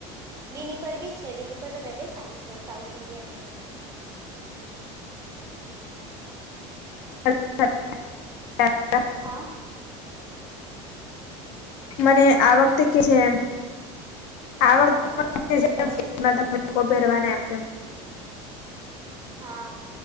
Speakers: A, on the right; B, on the left.
A: વિની પર બી છે વિની પર તો બે બે સાડી છે સાઉથ ઇન્ડિયનની.
B: <unintelligible>
A: હાં
B: મને આ વખતે કે જે એમ
A: હા
B: આ <unintelligible>
A: પાક્કો પછી હા